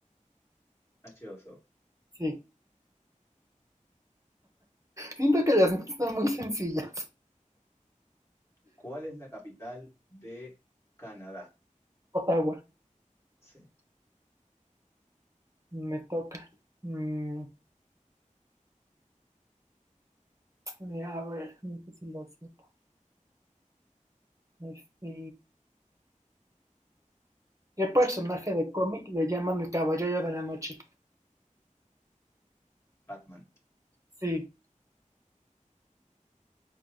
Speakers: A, on the left; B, on the right.
A: H2O.
B: Sí, siento que las mías son muy sencillas.
A: ¿Cuál es la capital de Canadá?
B: Ottawa,
A: Sí,
B: me toca. Mm, eh, a ver, no sé si lo sepa. Este, ¿qué personaje de cómic le llaman el Caballero de la Noche?
A: Batman.
B: Sí,